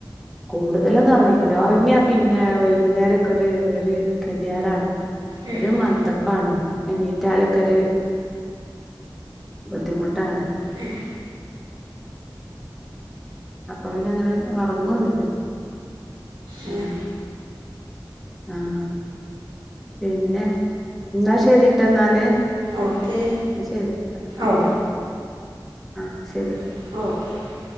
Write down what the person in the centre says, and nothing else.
കൂടു ഇന്നലൊന്നും ഒറങ്ങിര്ന്നില്ല ഒറങ്ങിയ പിന്നെ വൈകുന്നേരക്കെ ഒരു ഒരു കെതിയേടാണ്.
ഒരു
മന്ദപ്പാണ് എണീറ്റാലൊക്കെര് ബുദ്ധിമുട്ടാണ്.
അപ്പ പിന്നെ അങ്ങനെ ഒറ്ങ്ങൊന്നില്ല.
ആഹ്. ആഹ് പിന്നെ എന്നാ ശെരിട്ടോ എന്നാല്
എന്ന ശരി ആഹ്
ആഹ് ആഹ് ശരി